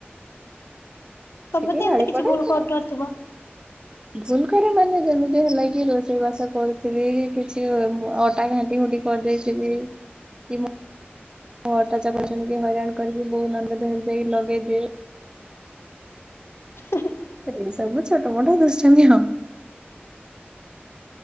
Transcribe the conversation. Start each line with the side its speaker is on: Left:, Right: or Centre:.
Left: ତମେ
Right: ଟିକେ
Left: ତ
Right: ଗାଳି
Left: ଏମିତି କିଛି
Right: ପଡ଼େ।
Left: ଭୁଲ
Right: <unintelligible>
Left: କରୁନଥିବ।
Right: ଭୁଲ୍ କରେ ମାନେ ଯେମିତି ହେଲା କି, ରୋଷେଇ ବାସ କରୁଥିବି କିଛି ଅଟା ଘାଣ୍ଟି ଘୁଣ୍ଟି କରିଦେଇଥିବି କି ମୁଁ ଅଟା ଚକଟା <unintelligible> ହଇରାଣ କରିକି ବଉ ନନା ଦେହରେ ଦେଇ ଲଗେଇଦିଏ।
Left: <inaudible>
Right: ଏଇ ସବୁ ଛୋଟ ମୋଟ ଦୃଷ୍ଟାମୀ ଆଉ।